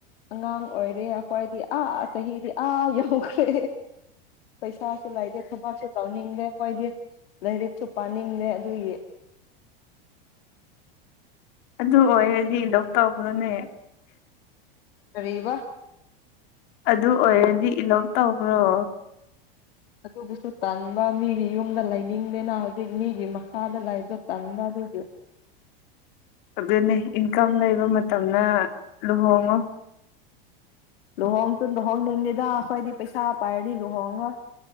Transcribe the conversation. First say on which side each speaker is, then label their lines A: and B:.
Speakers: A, on the left; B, on the left.
A: ꯑꯉꯥꯡ ꯑꯣꯏꯔꯦ ꯑꯩꯈꯣꯏꯗꯤ ꯑꯥ ꯆꯍꯤꯗꯤ ꯑꯥ ꯌꯎꯈ꯭ꯔꯦ ꯄꯩꯁꯥꯁꯨ ꯂꯩꯇꯦ ꯊꯕꯛꯁꯨ ꯇꯧꯅꯤꯡꯗꯦ ꯑꯩꯈꯣꯏꯗꯤ ꯂꯥꯏꯔꯤꯛꯁꯨ ꯄꯥꯅꯤꯡꯗꯦ ꯑꯗꯨꯒꯤ
B: ꯑꯗꯨ ꯑꯣꯏꯔꯗꯤ ꯂꯧꯣꯛ ꯇꯧꯕꯗꯨꯅꯦ
A: ꯀꯔꯤꯕ
B: ꯑꯗꯨ ꯑꯣꯏꯔꯗꯤ ꯏꯂꯣꯞ ꯇꯧꯈ꯭ꯔꯣ
A: ꯑꯗꯨꯕꯨꯁꯨ ꯇꯥꯟꯕ ꯃꯤꯒꯤ ꯌꯨꯝꯗ ꯂꯩꯅꯤꯡꯗꯦꯅ ꯍꯧꯖꯤꯛ ꯃꯤꯒꯤ ꯃꯈꯥꯗ ꯂꯥꯏꯕꯗ ꯇꯟꯕ ꯑꯗꯨꯒꯤ
B: ꯑꯗꯨꯅꯦ ꯏꯟꯀꯝ ꯂꯩꯕ ꯃꯇꯝꯅ ꯂꯨꯍꯣꯡꯉꯣ
A: ꯂꯨꯍꯣꯡ ꯇ ꯂꯨꯍꯣꯡꯅꯤꯡꯅꯤꯦꯗ ꯑꯩꯈꯣꯏꯗꯤ ꯄꯩꯁꯥ ꯄꯥꯏꯔꯗꯤ ꯂꯨꯍꯣꯡꯉ